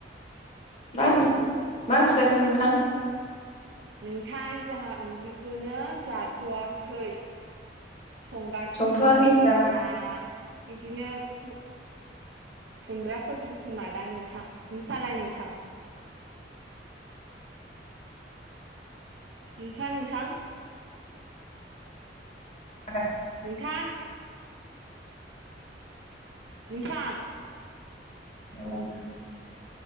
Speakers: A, on the left; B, on the right.
A: मा <unintelligible> मा ओंख्रि जाखो नोंथां?
B: नोंथां जोहा ओंख्रिखौनो जाथवाखै। संगासिनो
A: संथ'वाखै
B: दं जोना
A: नामा
B: बिदिनो खु खुमब्राफोरसो खोमादां नोंथां नोंसालाय नोंथां? नोंसा नोंथां?
A: <unintelligible>
B: नोंथां नोंथां
A: <unintelligible>